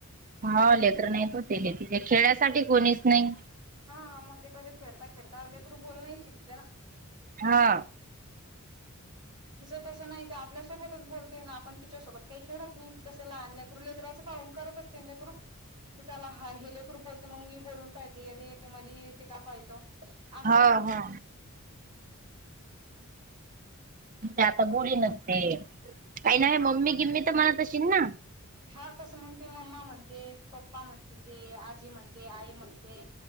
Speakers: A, on the right; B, on the right.
A: होले तर नाही हो ते ते खेळ्यासाठी कोणीच नाही
B: हा मग ते कसं खेळता खेळता लेकरू बोलण शिकते ना
A: हा
B: तिचं तसं नाही ते आपल्यासोबतच बोलते ना आपण तिच्यासोबत काही खेळत नाही कसं लहान लेकरू लेकरराचं पाहून करत अस तिंदे कुड की चला हा हि लेकरू बोलते मग मी बोलून पाहिते या येते मला येते का पाहतो असं
A: हा हा आता बोळी नसते काही
B: हा
A: नाही मम्मी गिम्मी तर मनात असशीील ना
B: हा तसं म्हणते मम्मा म्हणते पप्पा म्हणते ते आजी म्हणते आई म्हणते